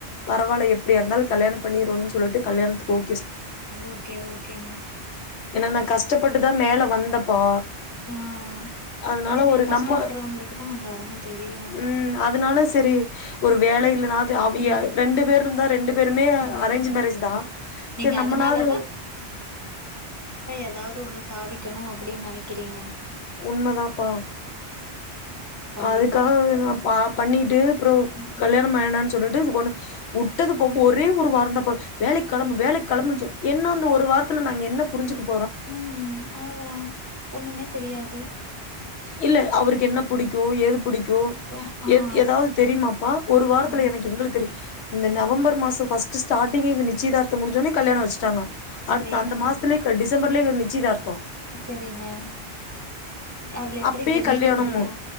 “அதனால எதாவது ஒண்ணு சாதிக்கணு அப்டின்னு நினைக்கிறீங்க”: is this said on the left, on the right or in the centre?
Right